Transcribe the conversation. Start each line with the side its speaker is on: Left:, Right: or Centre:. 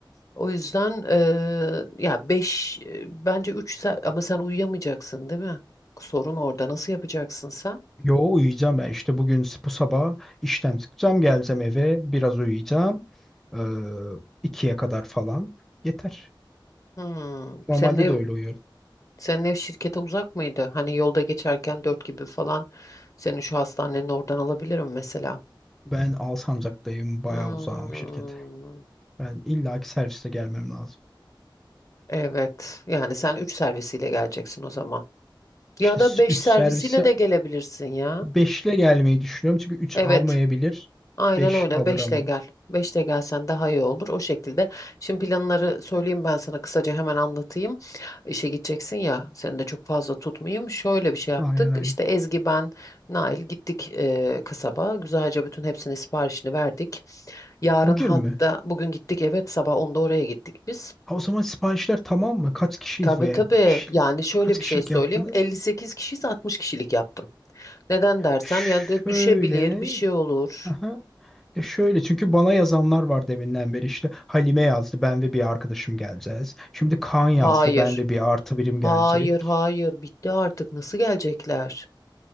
Left: O yüzden eee, ya beş bence 3 saat ama sen uyuyamayacaksın değil mi? Sorun orada. Nasıl yapacaksın sen?
Centre: Yo uyuyacağım ben işte bugün s- bu sabah işten çıkacağım geleceğim eve biraz uyuyacağım ee, ikiye kadar falan yeter.
Left: Hmm,
Centre: Normalde
Left: senin ev
Centre: de öyle uyuyorum.
Left: senin ev şirkete uzak mıydı? Hani yolda geçerken 4 gibi falan seni şu hastanenin oradan alabilirim mesela.
Centre: Ben Alsancak'tayım bayağı
Left: Hmm.
Centre: uzağım şirkete. Ben illaki serviste gelmem lazım.
Left: Evet. Yani sen 3 servisiyle geleceksin o zaman. Ya
Centre: İşte
Left: da 5
Centre: 3
Left: servisiyle
Centre: servisi
Left: de gelebilirsin ya.
Centre: 5 ile gelmeyi düşünüyorum çünkü üç
Left: Evet.
Centre: almayabilir
Left: Aynen
Centre: 5
Left: öyle.
Centre: alırım.
Left: Beşle gel. 5'le gelsen daha iyi olur. O şekilde. Şimdi planları söyleyeyim ben sana kısaca hemen anlatayım. İşe gideceksin ya. Seni de çok fazla tutmayayım. Şöyle bir şey yaptık.
Centre: Aynen aynen.
Left: İşte Ezgi, ben, Nail gittik eee, kasaba. Güzelce bütün hepsinin siparişini verdik. Yarın
Centre: Bugün
Left: hatta
Centre: mü?
Left: bugün gittik evet sabah onda oraya gittik biz.
Centre: Ha, o zaman siparişler tamam mı? Kaç kişiyiz
Left: Tabii
Centre: veya
Left: tabii.
Centre: kişilik?
Left: Yani şöyle
Centre: Kaç
Left: bir
Centre: kişilik
Left: şey söyleyeyim.
Centre: yaptınız?
Left: 58 kişiyiz 60 kişilik yaptım. Neden dersen
Centre: Şöyle.
Left: ya da düşebilir bir şey olur.
Centre: Aha. E şöyle çünkü bana yazanlar var deminden beri işte Halime yazdı ben ve bir arkadaşım geleceğiz. Şimdi Kaan yazdı
Left: Hayır.
Centre: ben ve bir artı birim gelecek.
Left: Hayır hayır bitti artık nasıl gelecekler?